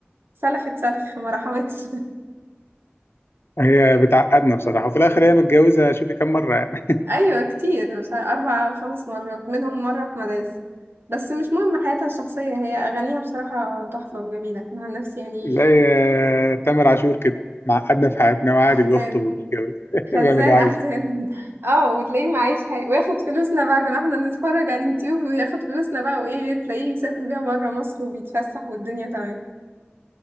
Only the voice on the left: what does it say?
هي بتعقدنا بصراحه وفي الاخر
هي متجوزه شوفي كم مره يعني <laughs>
زي آه، تامر عاشور كده معقدنا في حياتنا وعادي
بيخطب وبيتجوز <laughs>
بيعمل اللي هو عايزه